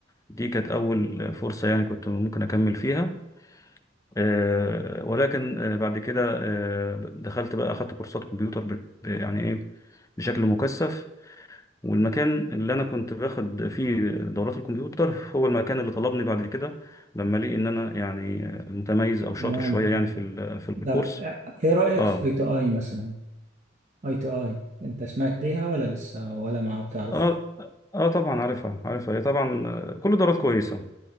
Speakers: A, on the left; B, on the right.
A: دي كانت أول فرصة يعني كنت ممكن أكمل فيها آه، ولكن آه، بعد كده آه، دخلت بقى أخدت كورسات كمبيوتر ب- ب- يعني إيه بشكل مكثف والمكان اللي أنا كنت باخد فيه دورات الكمبيوتر هو المكان اللي طلبني بعد كده لما لقي إن أنا يعني آه، متميز أو شاطر
B: تمام
A: شوية
B: تمام
A: يعني في ال- في الكورس
B: طب ايه رأيك
A: آه
B: في اي تي اي مثلا اي تي اي انت سمعت بيها ولا لسه ولا ما بتعرف
A: آه آه طبعا عارفها عارفها هي طبعا آه، كل الدورات كويسة